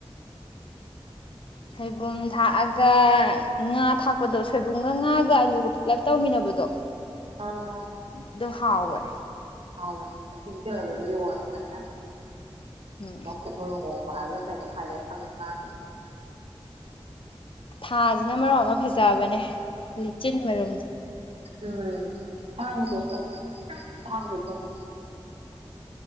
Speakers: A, on the left; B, on the right.
A: ꯁꯩꯕꯨꯝ ꯊꯥꯛꯑꯒ ꯉꯥ ꯊꯥꯛ ꯄꯣꯠꯇꯣ ꯁꯣꯏꯕꯨꯝꯒ ꯉꯥꯒ ꯑꯂꯨꯒ ꯄꯨꯂꯞ ꯇꯧꯃꯤꯟꯅꯕꯗꯣ
B: ꯑꯥ ꯑ
A: ꯑꯗꯣ ꯍꯥꯎꯕꯅꯦ
B: ꯑ ꯍꯅꯤ ꯑꯁꯤꯒꯤ ꯀꯩꯅꯣꯗꯨꯁꯨ ꯌꯣꯟꯕꯅꯦ ꯌꯥꯝ ꯍ
A: ꯎꯝ
B: ꯃꯀꯨꯞ ꯃꯔꯨ ꯉꯧꯕ ꯍꯥꯏꯕ꯭ꯔꯥ ꯀꯩꯅꯣꯝ ꯍꯥꯏꯅ ꯊ ꯃꯥꯦ
A: ꯍꯝ ꯁꯤꯅ ꯃꯔꯨꯞ ꯑꯃ ꯐꯖꯕꯅꯦ ꯂꯤꯆꯤꯟ ꯃꯔꯨ
B: ꯎꯝ ꯊꯥꯡꯁꯨ ꯊ ꯊꯒ ꯊꯁ